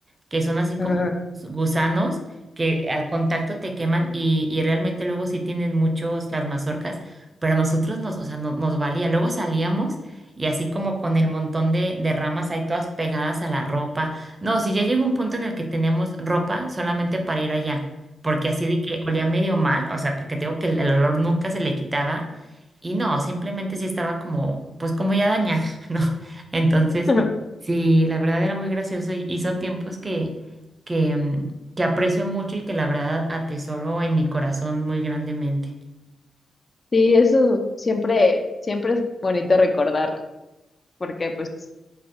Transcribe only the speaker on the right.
que son así como
gusanos que al contacto te queman y, y realmente luego sí tienen muchos las mazorcas, pero a nosotros nos, o sea, no- nos valía. Luego salíamos y así como con el montón de, de ramas ahí todas pegadas a la ropa. No, si ya llegó un punto en el que teníamos ropa solamente para ir allá, porque así de que olía medio mal, o sea, porque te digo que el, el olor nunca se le quitaba. Y no, simplemente sí estaba como, pues como ya dañada, <laughs> ¿no? Entonces,
Sí, la verdad era muy gracioso y, y son tiempos que, que, mm, que aprecio mucho y que la verdad atesoro en mi corazón muy grandemente.